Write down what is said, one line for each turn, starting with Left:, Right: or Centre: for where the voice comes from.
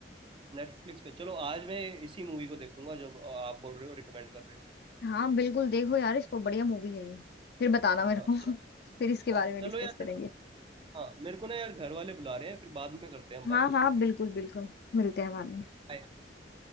Right: नेटफ्लिक्स पे चलो आज मैं इसी मूवी को देखूंगा जो आप बोल रहे हो रिकमेंड कर रहे हो
Left: हाँ बिल्कुल देखो यार इसको बढ़िया मूवी है ये फिर बताना मेरे
Right: हाँ
Left: को <laughs>
Right: चलो
Left: फिर इसके बारे
Right: हाँ
Left: में
Right: चलो
Left: डिस्कस
Right: यार
Left: करेंगे
Right: हाँ मेरे को ना यार घर वाले बुला रहे हैं फिर बाद में करते हैं हम बात
Left: हाँ हाँ बिल्कुल बिल्कुल मिलते हैं बाद में
Right: बाय